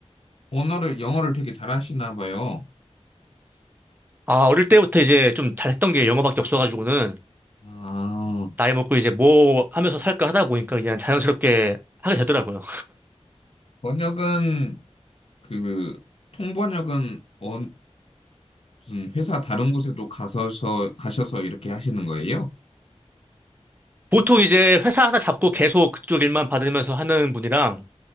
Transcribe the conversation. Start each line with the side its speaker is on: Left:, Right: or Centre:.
Left: 언어를, 영어를 되게 잘하시나 봐요.
Right: 아, 어릴 때부터 이제 좀 잘했던 게 영어밖에 없어가지고는,
Left: 아,
Right: 나이 먹고 이제 뭐 하면서 살까 하다 보니까 그냥 자연스럽게 하게 되더라고요.
Left: 번역은 그 통번역은 어, 무슨 회사 다른 곳에도 가셔서 가셔서 이렇게 하시는 거예요?
Right: 보통 이제 회사 하나 잡고 계속 그쪽 일만 받으면서 하는 분이랑